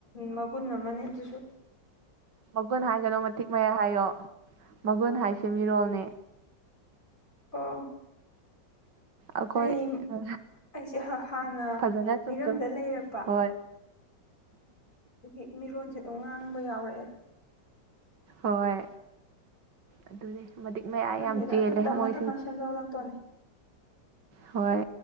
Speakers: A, on the left; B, on the right.
A: ꯃꯒꯨꯟ ꯑꯃꯅꯦ ꯑꯗꯨꯁꯨ
B: ꯃꯒꯨꯟ ꯍꯥꯏꯒꯅꯣ ꯃꯇꯤꯛ ꯃꯌꯥꯏ ꯍꯥꯏꯌꯣ ꯃꯒꯨꯟ ꯍꯥꯏꯁꯦ ꯃꯤꯔꯣꯜꯅꯦ
A: ꯑꯣ
B: <inaudible> ꯑꯈꯣꯏ
A: ꯑꯩ
B: ꯍ
A: ꯑꯩꯁꯦ ꯍꯥꯟꯅ
B: ꯐꯖꯅ ꯆꯨꯝ
A: ꯃꯤꯔꯝꯗ
B: ꯆꯨꯝ
A: ꯂꯩꯔꯛꯄ
B: ꯍꯣꯏ
A: <unintelligible> ꯃꯤꯔꯣꯟꯁꯦ ꯑꯗꯨꯝ ꯉꯥꯡꯕ ꯌꯥꯎꯔꯛꯑꯦ
B: ꯍꯣꯏ ꯑꯗꯨꯅꯦ ꯃꯇꯤꯛ ꯃꯌꯥꯏ
A: ꯈꯪꯗꯦꯗ
B: ꯌꯥꯝ ꯆꯦꯜꯂꯦ
A: ꯑꯗꯨ ꯇꯝꯃ
B: ꯃꯣꯏꯁꯤꯡꯁꯦ
A: ꯇꯝꯃ ꯁꯦꯝꯗꯣꯛꯂꯛꯇꯣꯅꯦ
B: ꯍꯣꯏ